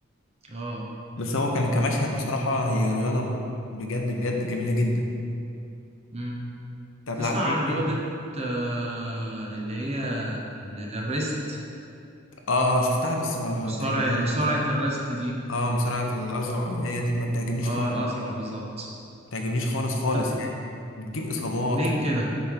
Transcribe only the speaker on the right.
اه
امم
تسمع
عن
رياضة آه، اللي هي ال- الريست
مصارع
مصارعة
الريست دي
اه
الأزرع
بالظبط
أنا-
ليه
كده